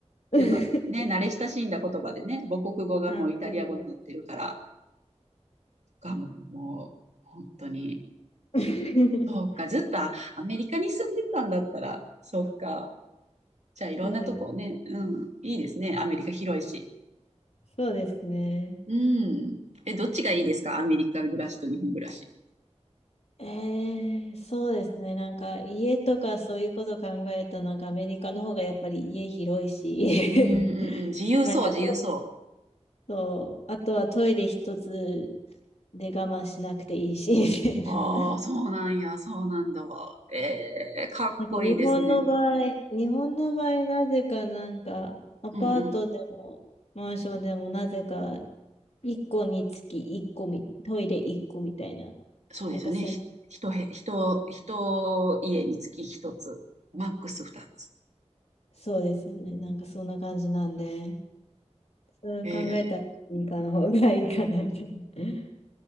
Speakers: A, on the left (about 65°); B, on the right (about 75°).
A: <laughs>
B: やっぱね、慣れ親しんだ言葉でね、母国語がもうイタリア語になってるから、
A: あ、そうです。
B: がもう、もう本当に、
A: <laughs>
B: そうか、ずっとアメリカに住んでたんだったら、そっか。じゃあいろんなとこね、
A: そうです。
B: うん、いいですね。アメリカ広いし。
A: そうですね。
B: うん。え、どっちがいいですかアメリカ暮らしと日本暮らし。
A: えー、そうですね。なんか家とかそういうこと考えたらなんかアメリカの方がやっぱり家広いし、
B: うんうんうん。
A: <laughs>
B: 自由そう、
A: なんかと、
B: 自由そ
A: そうあとはトイレ一つで我慢しなくていいし、みたいな。
B: う。ああ、
A: <laughs>
B: そうなんや、そうなんだわ。えー、かっこいいですね。
A: なんか日本の場合、日本の場合なぜかなんかアパートでもマンションでもなぜか
B: うんうん。
A: 1個につき1個み、トイレ1個みたいな、
B: そうですよね。
A: なんかせん、
B: ひ一部、一、一家につき一つ、マックス二つ。
A: そうですよね。なんかそんな感じなんで。それを考えたらいいかの方がいいかなみたいな。
B: えー、